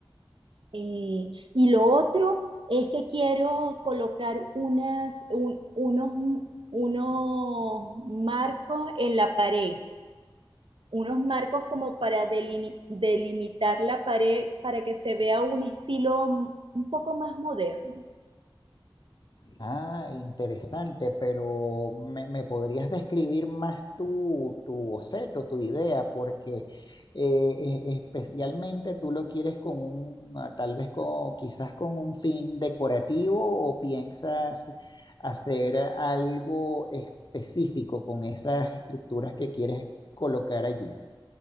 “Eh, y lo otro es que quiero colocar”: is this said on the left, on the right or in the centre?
Right